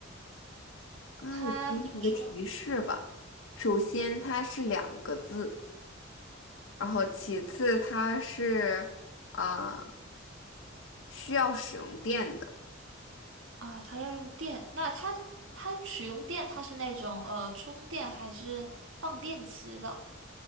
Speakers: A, on the left (about 75°); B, on the right (about 75°).
A: 啊，
B: 它怎么说
A: 我给你个提示吧。首先，它是两个字，然后其次它是啊、呃需要使用电的，
B: 啊？它要用电，那它它使用电，它是那种呃充电还是放电池的？